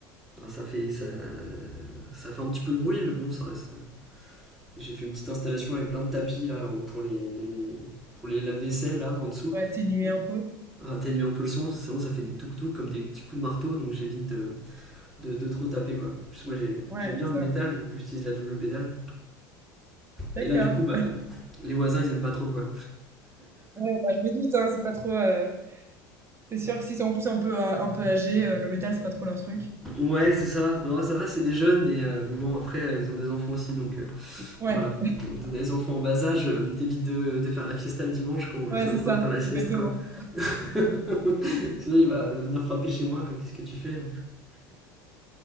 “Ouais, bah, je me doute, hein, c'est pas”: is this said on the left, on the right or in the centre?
Right